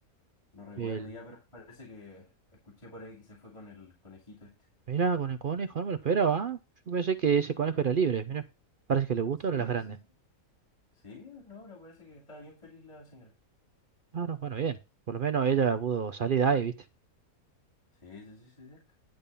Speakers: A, on the left; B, on the right.
A: No recuerdo
B: El...
A: ya, pero me parece que escuché por ahí que se fue con el conejito este.
B: Mirá, con el conejo, no me lo esperaba. ¿ah? Yo pensé que ese
A: No,
B: conejo
A: bien.
B: era libre, mirá.
A: Oh,
B: Parece que le gustó
A: Sí,
B: a las
A: sí,
B: grandes.
A: sí, sí. Sí, no, pero parece que estaba bien feliz la señora.
B: Ah, no, bueno, bien. Por lo menos ella pudo salir de ahí, ¿viste?
A: Sí, sí, sí, sí, sí.